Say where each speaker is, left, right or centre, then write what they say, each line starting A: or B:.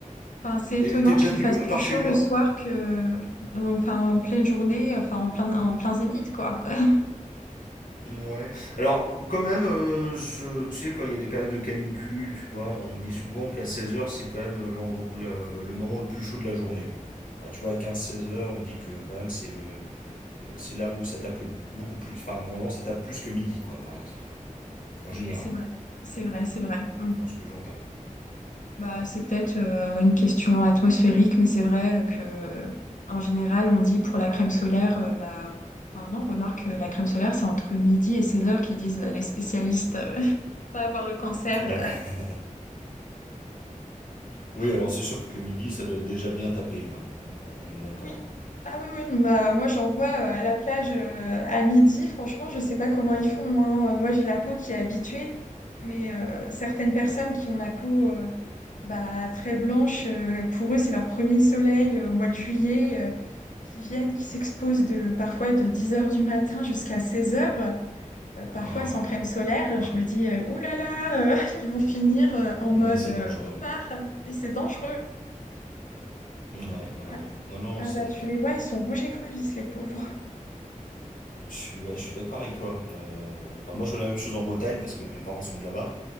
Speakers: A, on the left (about 65°); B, on the left (about 80°).
A: Enfin, c'est étonnant
B: et t'es déjà
A: qu'il
B: venu
A: fasse
B: euh,
A: plus
B: par
A: chaud
B: chez moi
A: le soir que, enfin, en pleine journée, enfin, en plein, en plein zénith, quoi. <laughs>
B: Ouais. Alors, quand même, euh, je, tu sais, quand il y a des périodes de canicule, tu vois, on dit souvent qu'à seize heures, c'est quand même euh, l'endro- le, le moment le plus chaud de la journée. Enfin, tu vois, à seize heures, on dit que quand même, c'est euh, euh, c'est là où ça tape le- beaucoup plus. Enfin, normalement, ça tape plus que midi, quoi, par exemple. En
A: Et
B: général,
A: C'est vrai, c'est vrai, c'est vrai. Mm.
B: dans ce que j'entends.
A: Bah,
B: Ouais.
A: c'est peut-être euh, une question atmosphérique, mais c'est vrai euh, que, en général, on dit pour la crème solaire, euh, bah, enfin, non, remarque, euh, la crème solaire, c'est entre midi et 16 heures qu'ils disent euh, les spécialistes, euh, <laughs> pas avoir le cancer.
B: Ouais. <laughs> Oui, alors c'est sûr que midi, ça doit déjà bien taper, hein. On est d'accord.
A: Oui.
B: Ouais.
A: Ah oui, oui, non, bah, moi j'en vois euh, à la plage euh, à midi, franchement, je sais pas comment ils font, hein. Euh, Moi j'ai la peau qui est habituée, mais euh, certaines personnes
B: Ouais.
A: qui ont la peau euh, bah, très blanche, euh, pour eux c'est leur premier soleil euh, au mois de juillet, euh, qui viennent, qui s'exposent de, parfois de dix heures du matin jusqu'à 16h, parfois
B: Oh.
A: sans crème solaire.
B: Ouais,
A: Je me dis, euh, ouh là là, euh, <laughs> ils vont finir euh, en
B: ouais
A: mode
B: c'est
A: euh,
B: dangereux.
A: homard, et c'est dangereux.
B: Ouais, ouais,
A: Ah
B: ouais. Non, non,
A: ah
B: c'est
A: bah tu les vois, ils sont rouges et crevisses, les pauvres.
B: Je suis, ouais, je suis d'accord avec toi. Euh, enfin, moi, je vois la même chose en Bretagne parce que mes parents sont de là-bas.